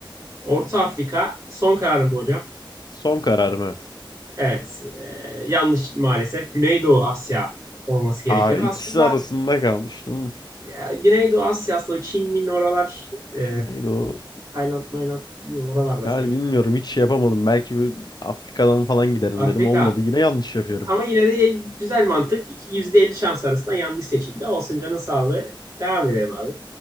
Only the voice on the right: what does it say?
Orta Afrika son kararım mı hocam?
Evet, e, yanlış maalesef. Güneydoğu Asya olması gerekiyordu.
Aslında
Ya, Güneydoğu Asya'sı o Çin, Min oralar e,
Tayland, Mayland bilmiyorum, oralarda
sanki.
Afrika.
Ama yine de güzel mantık. İki- %50 şans arasında yanlış seçildi. Olsun canın sağlığı. Devam edelim abi.